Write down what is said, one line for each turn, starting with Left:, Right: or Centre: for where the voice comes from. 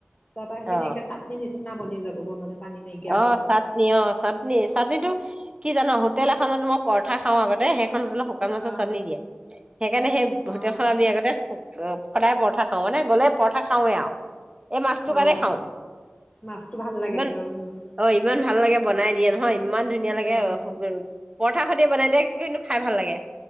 Left: তাৰ পৰা সেইখিন
Right: অ
Left: একে চাটনি নিচ নামনি যাব গ মানে পানী নাইকিয়া
Right: অ
Left: হৈ
Right: চাটনি অ চাটনি চাটনি টো কি জানো ন হোটেল এখনত মই পৰঠা খাওঁ আগতে শেষ হো শুকান মাছৰ
Left: আহ
Right: চাদ দিয়ে সেইকাৰণে সেই
Left: অ
Right: হোটেল খনত আমি আগতে অ সদায় পৰঠা খাও মানে গ'লেই পৰঠা খাওৱে আৰু এই মাছটোৰ
Left: অ
Right: কাৰণে খাওঁ
Left: মাছটো ভাল লাগে
Right: ইমান
Left: আকৌ উম
Right: অ ইমান ভাল লাগে বনাই দিয়ে নহয় ইমান ধুনীয়া লাগে
Left: অ
Right: হ <unintelligible> সতি বনাই দিয়ে কিন্তু খাই ভাল লাগে